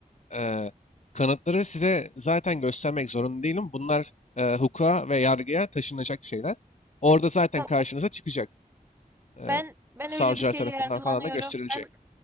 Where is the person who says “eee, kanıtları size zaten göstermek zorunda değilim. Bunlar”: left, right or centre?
Left